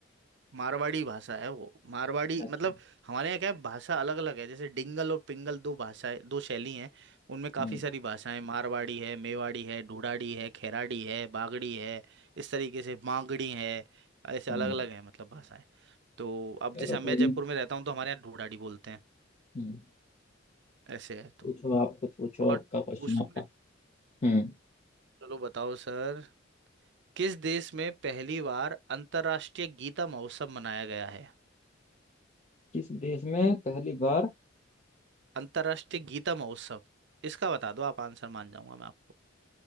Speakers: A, on the right (about 65°); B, on the left (about 35°).
A: मारवाड़ी भाषा है वो मारवाड़ी
B: अच्छा
A: मतलब हमारे यहाँ क्या है भाषा अलग अलग है जैसे डिंगल और पिंगल दो भाषाएं दो शैली हैं उनमें काफ़ी
B: हम्म
A: सारी भाषाएं मारवाड़ी है मेवाड़ी है ढूढ़ाड़ी है खैराड़ी है बागड़ी है इस तरीके से मांगड़ी है ऐसे
B: हम्म
A: अलग अलग हैं मतलब भाषाएं तो अब
B: चलो
A: जैसे मैं
B: कोई
A: जयपुर
B: नहीं
A: में रहता हूँ तो हमारे यहाँ ढूढ़ाड़ी बोलते हैं
B: हम्म
A: ऐसे है तो
B: पूछो आप कुछ पूछो
A: और
B: आपका क्वेश्चन
A: पूछूं
B: आपका
A: मैं
B: हम्म
A: चलो बताओ सर किस देश में पहली बार अंतर्राष्ट्रीय गीता महोत्सव मनाया गया है
B: किस देश में पहली बार
A: अंतर्राष्ट्रीय गीता महोत्सव इसका बता दो आप आंसर मान जाऊंगा मैं आपको